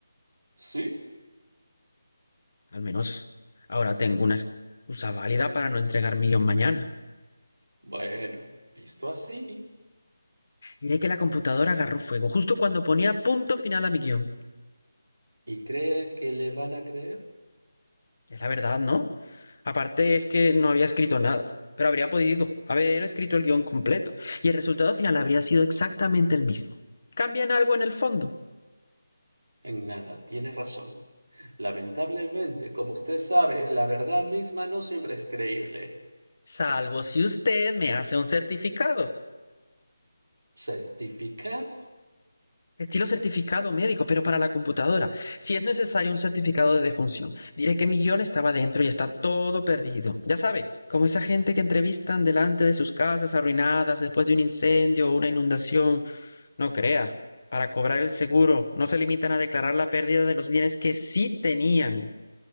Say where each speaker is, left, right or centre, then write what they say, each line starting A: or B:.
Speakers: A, on the right; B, on the left.
A: ¿Sí?
B: Al menos ahora tengo una excusa válida para no entregar mi guión mañana.
A: Bueno, visto así,
B: Diré que la computadora agarró fuego justo cuando ponía punto final a mi guión.
A: ¿y cree que le van a creer?
B: Es la verdad, ¿no? Aparte es que no había escrito nada, pero habría podido haber escrito el guión completo y el resultado final habría sido exactamente el mismo. Cambian algo en el fondo,
A: En nada, tiene razón. Lamentablemente, como usted sabe, la verdad misma no siempre es creíble.
B: salvo si usted me hace un certificado.
A: ¿Certificado?
B: Estilo certificado médico, pero para la computadora. Si es necesario un certificado de defunción, diré que mi guión estaba dentro y está todo perdido. Ya sabe, como esa gente que entrevistan delante de sus casas arruinadas después de un incendio o una inundación. No crea. Para cobrar el seguro, no se limitan a declarar la pérdida de los bienes que sí tenían.